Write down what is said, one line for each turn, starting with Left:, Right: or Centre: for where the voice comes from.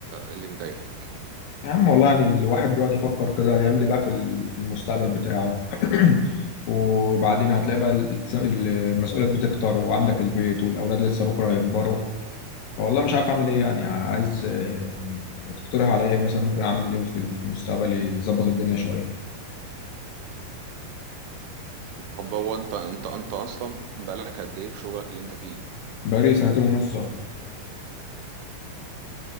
Right: اللي مضايقك
Left: يا عم والله يعني الواحد بيقعد يفكر كده يعمل ايه بقى في ال- في المستقبل بتاعه <clears throat> وبعدين هتلاقي بقى الالتزام المسؤوليات بتكتر وعندك البيت والاولاد لسه بكره هيكبروا فوالله مش عارف اعمل ايه يعني عايز آه، يعني تقترح عليا إيه مثلا ممكن اعمل ايه في في المستقبل يظبط الدنيا شويه
Right: طب هو انت انت انت اصلا بقالك قد ايه في شغلك اللي انت فيه
Left: بقالي سنتين ونص